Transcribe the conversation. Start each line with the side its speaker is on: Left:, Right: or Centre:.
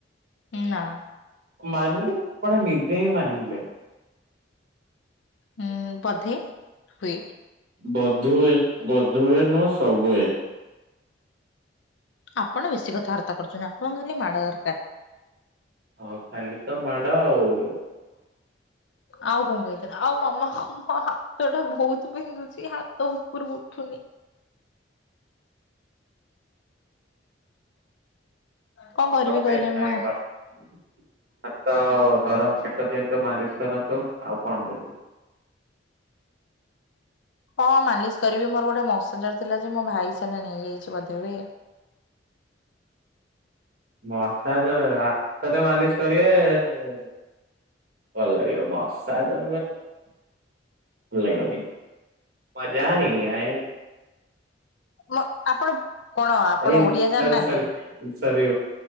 Left: ନାଁ।
Right: ମାନିଲେ ଆପଣ ନିଜେ ହିଁ ମାନିଲେ।
Left: ହୁଁ ବଧେ ହୁଏ।
Right: ବୋଧୁ ହୁଏ ବୋଧୁ ହୁଏ ନୁହେଁ ସବୁ ହୁଏ।
Left: ଆପଣ ବେଶୀ କଥାବାର୍ତ୍ତା କରୁଚନ୍ତି। ଆପଣଙ୍କୁ ଖାଲି ମାଡ ଦରକାର।
Right: ହଁ ଖାଲି ତ ମାଡ ଆଉ। <inaudible>
Left: ଆଉ କଣ କହିଥାନ୍ତି ଆଉ ମାମା ମୋ ହାତ ଟା ବୋହୁତ ବନ୍ଧୁଚି ହାତ ଉପରୁକୁ ଉଠୁନି। କଣ କରିବି
Right: ହାତ ପେନ୍
Left: କହିଲେ
Right: ନାହିଁ
Left: ମୋ
Right: <unintelligible>
Left: ହାତ
Right: ହାତ ଗରମ ସେକ ଦିଅନ୍ତୁ। ମାଲିସ କରନ୍ତୁ ଆଉ କଣ ଦେବେ।
Left: ହଁ ମାଲିସ କରିବି ମୋର ଗୋଟେ ମସାଜର ଥିଲା ଯେ ମୋ ଭାଇ ସେଟା ନେଇଯାଇଚି ବୋଧେ ହୁଏ।
Right: ମସାଜରେ ହାତରେ ମାଲିସ କରିବେ। ଭଲଲାଗିବ ମସା ଜରରେ ଭଲଲାଗିବନି। ମଜା ନେହିଁ ଆଏଗା।
Left: ମ ଆପଣ କଣ ଆପଣ
Right: ଏଇ
Left: ଓଡିଆ
Right: ସରି
Left: ଜାଣିନାହାନ୍ତି
Right: ସରି
Left: କି?
Right: ସରି